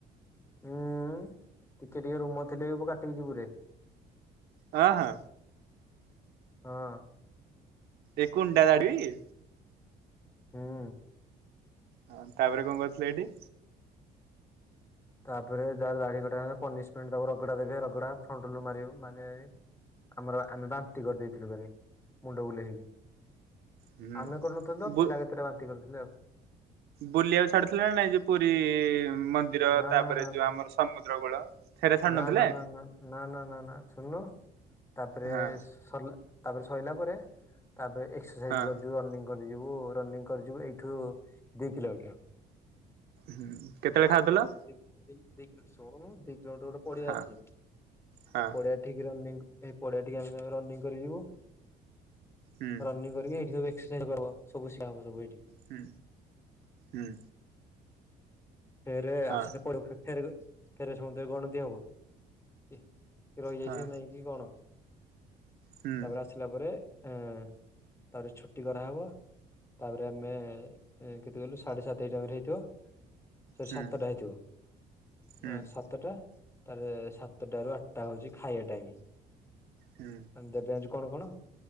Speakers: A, on the left; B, on the right.
A: ହୁଁ, ଟିକେ ଟିକେ ରୁମ ଥ ସିଲେଇ ସବୁ କାଟିକି ଜିବୁରେ
B: ହଁ ହଁ
A: ହଁ।
B: ଏ କୁଣ୍ଡା ଦାଡ଼ି
A: ହୁଁ।
B: ହଁ ତାପରେ କଣ କରୁଥିଲେ ଏଇଠି?
A: ତାପରେ ଯାହାର ଦାଢି କଟା ହେଲା ପନିସମେଣ୍ଟ ଦେବେ ରଗଡା ଦେବେ ରଗଡା ଫ୍ରଣ୍ଟରୁୁ ମାରିବ ମାନ ଆମର ଆମେ ବାନ୍ତି କରିଦେଇଥିଲୁାନି ମୁଣ୍ଡ ବୁଲେଇ ହେଇକି।
B: ହୁଁ
A: ଆମେ କରୁନଥିଲୁ ତ
B: ବୁ
A: ପିଲା କେତେଟା ବାନ୍ତି କରୁଥିଲେ ଆଉ।
B: ବୁଲିବାକୁ ଛାଡୁଥିଲା ନା ନାଇଁ ଯେ ପୁରୀ ମନ୍ଦିର
A: ନା
B: ତାପରେ
A: ନା ନା
B: ଯୋଉ ଆମର ସମୁଦ୍ର କୂଳ? ସେଇଟା ଛାଡୁ
A: ନା
B: ନଥିଲେ
A: ନା ନା ନା ନା ନା ନା ନା ସୁନୁନୁ ତାପରେ
B: ହଁ
A: ସର୍ଲା ତାପରେ ସଇଲା ପରେ ତାପରେ ଏକ୍ସରସାଇଜ
B: ହଁ
A: କରିୁ ରନିଙ୍ଗ କରି ଯିବୁ ରନିଙ୍ଗ କରିିଯିବୁ ଏଇଠୁ ଦି କିଲୋମିଟର।
B: ହୁଁ, କେତେବେଳେ ଖାଉଥିଲ?
A: <unintelligible> ଶୁଣନୁ ଦି କିଲୋମିଟର ଗୋଟେ ପଡିଆ
B: ହଁ
A: ଅଛି
B: ହଁ
A: ଏ ପଡିଆ ଠିକି ରନିଙ୍ଗ ଏଇ ପଡିଆକି ଆମେ ରନିଂ କରିିବୁ
B: ହୁଁ
A: ରନିଂ କରିକି ଏଇଠି ସବୁ <unintelligible>
B: ହୁଁ, ହୁଁ।
A: ଫେର
B: ହଁ
A: ଆସିଲେ <unintelligible> ଫେରବେ ସମତେ ଗଣତି ହବ କି ରହିଯାଇଛି
B: ହଁ
A: ନାଇଁ କି କଣ?
B: ହୁଁ
A: ତାପରେ ଆସିଲା ପରେ ଅ ତାପରେ ଛୁଟି କରାହେବ। ତାପରେ ଆମେ କେତେ କହିଲୁ ସାଢେ ସାତେ ଏଇ ଟାଇମ ହେଇଥିବ। ସ
B: ହୁଁ
A: ସାତଟା ହେଇଥିବ
B: ହୁଁ
A: ସାତ ସାତଟା ତାରେ ସାତଟ ରୁ ଆଠଟା ହଉଛି ଖାଇବା ଟାଇମ।
B: ହୁଁ।
A: ଦେବେ ଆଜି କଣ କଣ